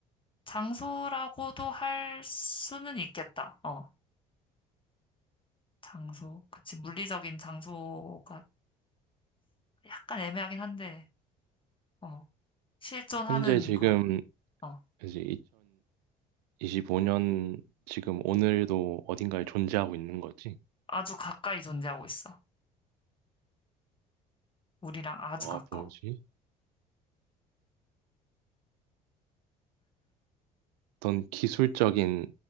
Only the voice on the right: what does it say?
현재 지금
이제 2025년 지금 오늘도 어딘가에 존재하고 있는 거지?
아,
뭐지? 어떤 기술적인